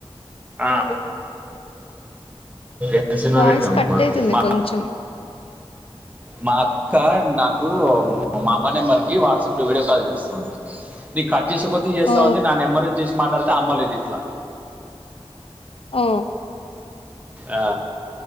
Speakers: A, on the right; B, on the left.
A: ఆ <unintelligible>
B: వాయిస్ కట్ అయితుంది కొంచెం
A: మా అత్త నాకు మా నెంబర్ కి వాట్సాప్ లో వీడియో కాల్ చేస్తుంది నీకు కట్ చేసి పోతే చేస్తామని
B: ఓ
A: న నాన్న ఎమ్మరం చేసి మాట్లాడితే అమ్మలేదు ఇంట్లా
B: ఓ
A: ఆ